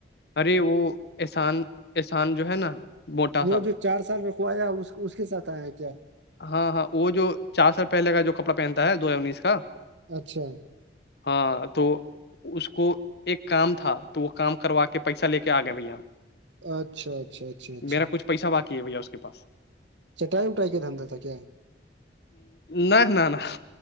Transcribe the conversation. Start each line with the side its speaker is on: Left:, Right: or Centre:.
Left: ارے وہ احسان احسان جو ہے نا موٹا
Right: وہ
Left: سا
Right: جو چار سال رکوایا اس کے ساتھ آیا کیا
Left: ہاں ہاں وہ جو چار سال پہلے کا جو کپڑا پہنتا ہے دو ہزار انیس کا
Right: اچھا
Left: ہاں تو اس کو ایک کام تھا تو وہ کام کروا کے پیسہ لے کے آ گئے بھیا
Right: اچھا اچھا اچھا اچھا
Left: میرا کچھ پیسہ باقی ہے بھیا اس کے پاس
Right: چٹائی وٹائی کیا کا دندہ تھا کیا ہے
Left: نہ نہ نہ